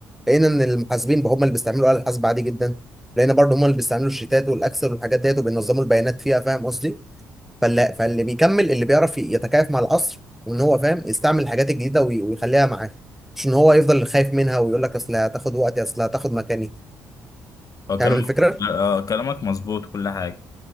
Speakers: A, in the centre; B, on the left (about 50°).
A: لقينا ان المحاسبين بقى هم اللي بيستعملوا الاله الحاسبه عادي جدا لقينا برضو هم اللي بيستعملوا الشيتات والاكسل والحاجات ديت وبينظموا البيانات فيها فاهم قصدي فاللي, فاللي بيكمل اللي بيعرف ي- يتكيف مع العصر وان هو فاهم يستعمل الحاجات الجديده وي- ويخليها معاه مش ان هو يفضل خايف منها ويقول لك اصل هتاخد وقتي اصل هتاخد مكاني
B: هو
A: فاهم
B: كلامك
A: الفكره؟
B: آه، كلامك مظبوط كل حاجة